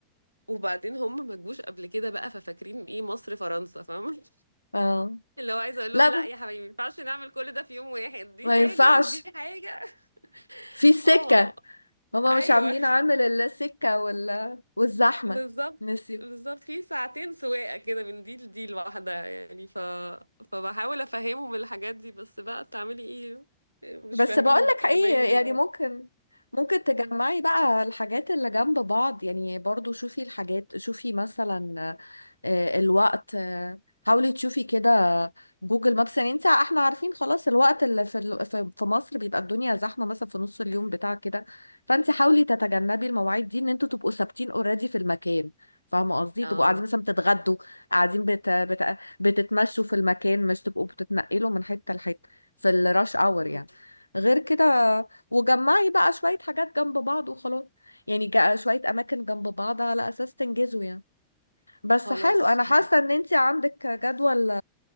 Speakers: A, on the right; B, on the left.
A: وبعدين هم ما جوش قبل كده بقى ففاكرين ايه مصر فرنسا فاهمة
B: اه
A: <laughs> اللي هو عايزة اقول لهم
B: لا
A: لا يا حبايبي ما ينفعش نعمل كل ده في يوم واحد دي
B: ما
A: حاجة
B: ينفعش
A: ودي حاجة <laughs>
B: في سكة
A: اه
B: هما
A: ايوه
B: مش عاملين عامل الا سكة ولا والزحمة
A: بالظبط
B: نسيب
A: بالظبط في ساعتين سواقة كده من دي لدي لوحدها يعني ف... فبحاول افهمهم الحاجات دي بس بقى تعملي ايه مش
B: بس
A: فاهمين
B: بقولك
A: بقى
B: ايه
A: اللي بيجوا هيعرفوا
B: يعني ممكن ممكن تجمعي
A: أمم.
B: بقى الحاجات اللي جنب بعض يعني برضو شوفي الحاجات شوفي مثلا آه، الوقت آه، حاولي تشوفي كده جوجل مابس يعني انت احنا عارفين خلاص الوقت اللي في ال- في في مصر بيبقى الدنيا زحمة مثلا في نص اليوم بتاع كده فانت حاولي تتجنبي المواعيد دي ان انتوا تبقوا ثابتين اوريدي في المكان فاهمة قصدي
A: اه
B: تبقوا قاعدين مثلا بتتغدوا قاعدين بت... بت... بتتمشوا في المكان مش تبقوا بتتنقلوا من حتة لحتة في الراش اور
A: مم.
B: يعني غير كده وجمعي بقى شوية حاجات جنب بعض وخلاص يعني جا- شوية أماكن جنب بعض على أساس تنجزوا يعني بس
A: خلاص
B: حلو أنا
A: هم...
B: حاسة إن أنتي عندك جدول